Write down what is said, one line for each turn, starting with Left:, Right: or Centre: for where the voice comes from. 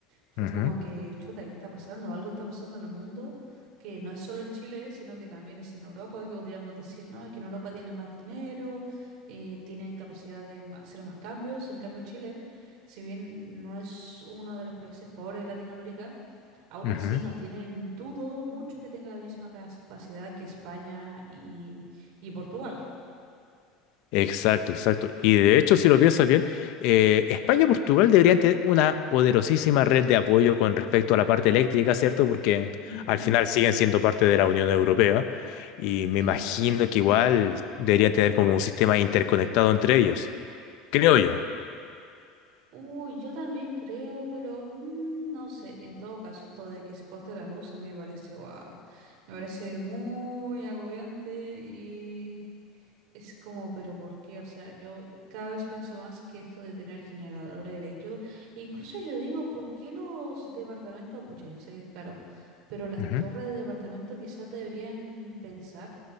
Right: fue
Left: Ujú,
Right: como que, chuta, ¿qué está pasando? Algo está pasando en el mundo que no es solo en Chile, sino que también es en Europa, que podríamos decir, no, es que en Europa tienen más dinero, eh, tienen capacidad de m- hacer más cambios, en cambio Chile, si bien no es uno de los países pobres de Latinoamérica, Aún
Left: ujú.
Right: así, no tienen, dudo mucho que tenga la misma capacidad que España y, y Portugal.
Left: Exacto, exacto. Y de hecho, si lo piensas bien, eh, España y Portugal deberían tener una poderosísima red de apoyo con respecto a la parte eléctrica, ¿cierto? Porque
Right: Ujú,
Left: al final siguen siendo parte de la Unión Europea y me
Right: exacto.
Left: imagino que igual deberían tener como un sistema interconectado entre ellos, creo yo.
Right: Uy, yo también creo, pero mm, no sé. En todo caso, esto de que se corte la luz a mí me parece, guau, me parece muy agobiante y Es como, pero ¿por qué? O sea, yo cada vez pienso más que esto de tener generadores eléctricos. e incluso yo digo, ¿por qué los departamentos? Pucha, yo sé que es caro, pero las
Left: Ujú.
Right: torres de departamento quizás deberían pensar,